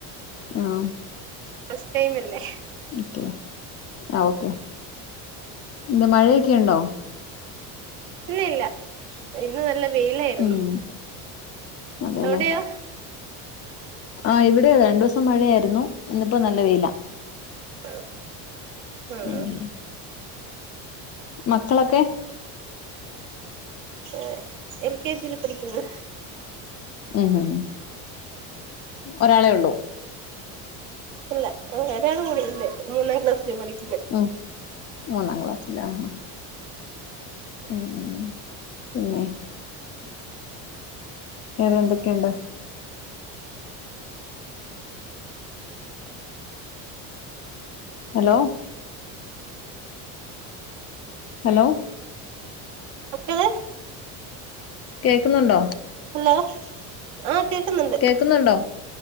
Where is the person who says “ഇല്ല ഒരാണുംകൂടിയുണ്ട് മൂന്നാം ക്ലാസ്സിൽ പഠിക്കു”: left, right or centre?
Right